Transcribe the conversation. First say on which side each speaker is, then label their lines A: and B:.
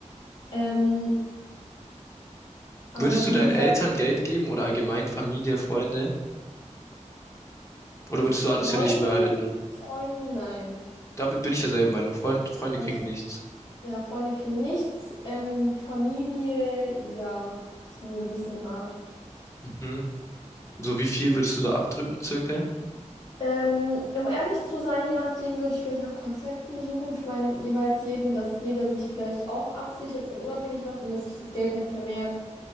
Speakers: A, on the left; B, on the left.
A: Ähm, aber
B: Würdest du
A: wie
B: deinen
A: gesagt,
B: Eltern Geld geben oder allgemein Familie, Freunde? Oder
A: Freunden,
B: würdest du alles für dich behalten?
A: Freunden, nein.
B: Damit bin ich derselben Meinung. Freund, Freunde
A: Also
B: kriegen nichts.
A: Ja, Freunde kriegen nichts. Ähm, Familie, ja, zu einem gewissen Grad.
B: Mhm. So wie viel würdest du da abdrücken, circa?
A: Ähm, um ehrlich zu sein, je nachdem würde ich vielleicht nach Konzepten suchen. Ich meine, jeweils jeden, dass jeder sich vielleicht auch absichert und unabhängig macht und dass sich das Geld halt vermehrt.